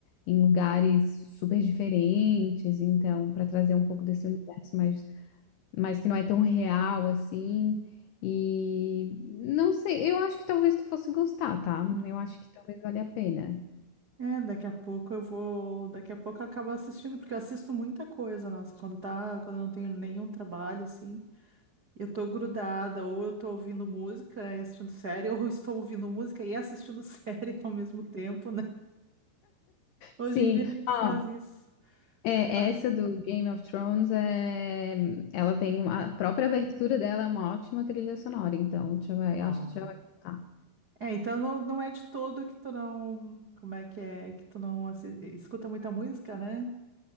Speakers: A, on the left; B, on the right.
A: em lugares super diferentes, então, para trazer um pouco desse universo mais, mais que não é tão real assim. E não sei, eu acho que talvez tu fosse gostar, tá?
B: Uhum.
A: Eu acho que talvez valha a pena.
B: É, daqui a pouco eu vou. Daqui a pouco eu acabo assistindo, porque eu assisto muita coisa, nossa. Quando tá, quando eu não tenho nenhum trabalho, assim, eu tô grudada, ou eu tô ouvindo música e assistindo série, <laughs> ou eu estou ouvindo música e assistindo <laughs> série ao mesmo tempo, né? Hoje
A: Sim,
B: em dia a gente
A: ah,
B: faz isso.
A: é,
B: Ué.
A: essa do Game of Thrones é, ela tem uma, a própria abertura dela é uma ótima trilha sonora, então tu já vai-
B: Ó.
A: eu acho que tu já vai gostar.
B: É, então não, não é de todo que tu não. Como é que é? Que tu não assi- escuta muita música, né?